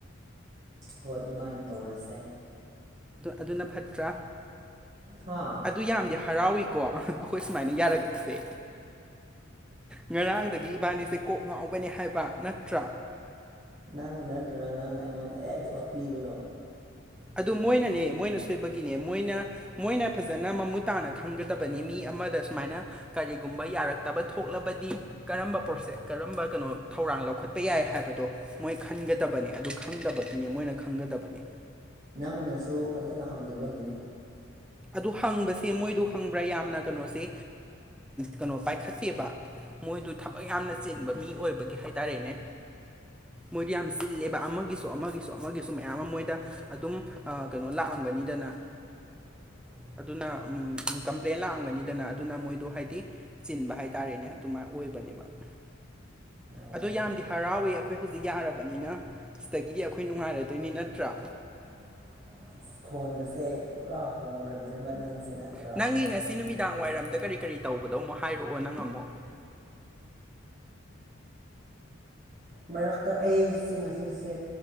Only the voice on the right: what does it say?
ꯍꯣꯏ ꯑꯗꯨꯃꯥꯏꯅ ꯇꯧꯔꯁꯦ
ꯍꯥ
ꯅꯪꯅ ꯅꯠꯇꯔꯥ ꯅꯪꯅ ꯑꯩꯉꯣꯟꯗ ꯍꯦꯛꯇ ꯑꯣꯠꯄꯤꯕꯗꯣ
ꯅꯪꯅꯁꯨ ꯐꯖꯅ ꯍꯪꯗꯕꯒꯤꯅꯤ
<inaudible>
ꯑ
<inaudible> ꯐꯣꯟꯒꯁꯦ ꯄꯨꯔꯥ ꯍꯣꯡꯈ꯭ꯔꯕꯅꯦꯕ ꯅꯪꯁꯦ ꯅꯠꯇꯔꯥ
ꯃꯔꯛꯇ ꯑꯩꯁꯦ ꯉꯁꯤꯁꯦ